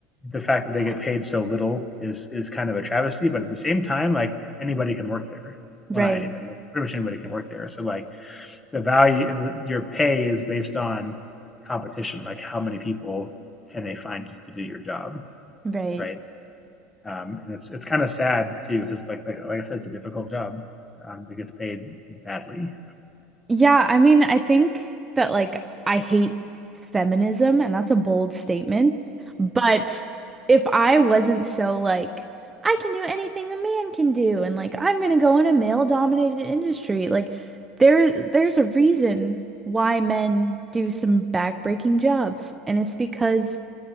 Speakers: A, on the left (about 15°); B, on the right (about 15°).
A: the fact that they get paid so little is is kind of a travesty. But at the same time, like anybody can work there.
B: Right,
A: Well, not anybody, but pretty much anybody can work there. So like the value, your pay is based on competition. Like how many people can they find to do your job,
B: right.
A: right? Um, and it's it's kind of sad too because like, like like I said, it's a difficult job um, that gets paid badly.
B: Yeah, I mean, I think that like I hate feminism, and that's a bold statement. But if I wasn't so like, I can do anything a man can do, and like I'm gonna go in a male-dominated industry, like there there's a reason why men do some backbreaking jobs, and it's because